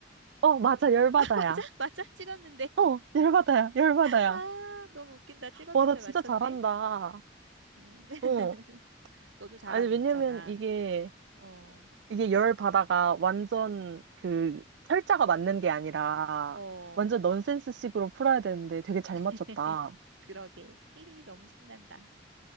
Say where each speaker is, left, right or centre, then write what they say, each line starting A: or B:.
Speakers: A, on the right; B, on the right.
A: 어, 맞아. 열받아야.
B: 아, <laughs> 맞아? 맞아? 찍었는데.
A: 어, 열받아야. 열받아야.
B: <laughs> 아, 너무 웃긴다. 찍었는데
A: 와, 나 진짜
B: 맞췄네.
A: 잘한다.
B: 음, <laughs>
A: 어.
B: 너도 잘하고
A: 아니, 왜냐면
B: 있잖아.
A: 이게,
B: 어,
A: 이게 열바다가 완전 그, 철자가 맞는 게 아니라,
B: 어,
A: 완전 넌센스 식으로 풀어야 되는데 되게 잘
B: <laughs>
A: 맞췄다.
B: 그러게. 히히, 너무 신난다.